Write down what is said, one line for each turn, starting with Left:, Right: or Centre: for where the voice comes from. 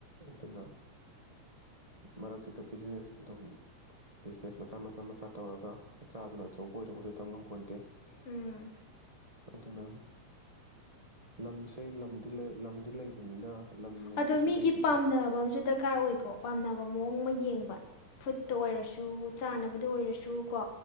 Right: ꯑꯗꯨꯅ ꯃꯔꯛꯁꯤꯗ ꯕꯤꯖꯤꯅꯦꯁ ꯑꯗꯨꯝ ꯕꯤꯖꯤꯅꯦꯁ ꯃꯆꯥ ꯃꯆꯥ ꯃꯆꯥ ꯇꯧꯔꯒ ꯃꯆꯥꯗꯨꯅ ꯑꯆꯧꯕ ꯑꯣꯏꯔꯔꯕꯁꯨ ꯇꯝ ꯉꯝꯄꯣꯟꯇꯦ
Left: ꯎꯝ
Right: ꯑꯗꯨꯅ ꯂꯝꯁꯦ ꯂꯝꯗꯤ ꯂꯩ ꯂꯝꯗꯤ ꯂꯩꯕꯅꯤꯅ ꯂꯝ ꯂꯩꯕꯁꯤꯗꯩꯁꯤꯗ
Left: ꯑꯗꯣ ꯃꯤꯒꯤ ꯄꯥꯝꯅꯕ ꯑꯃꯁꯨ ꯗꯔꯀꯥꯔ ꯑꯣꯏꯀꯣ ꯄꯥꯝꯅꯕ ꯃꯑꯣꯡ ꯑꯃ ꯌꯦꯡꯕ ꯐꯨꯠꯇ ꯑꯣꯏꯔꯁꯨ ꯆꯥꯅꯕꯗ ꯑꯣꯏꯔꯁꯨ ꯀꯣ